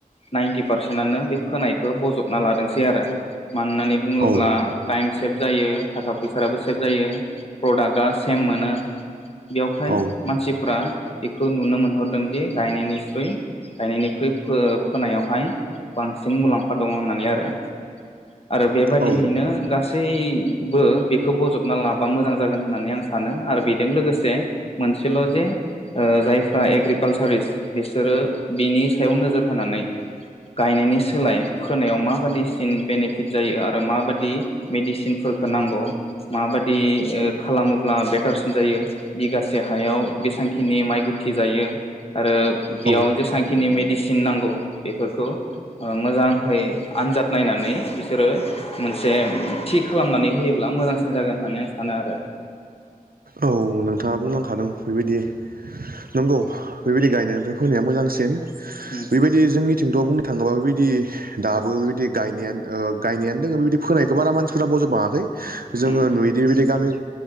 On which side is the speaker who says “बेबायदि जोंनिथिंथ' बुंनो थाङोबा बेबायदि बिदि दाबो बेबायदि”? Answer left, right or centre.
Right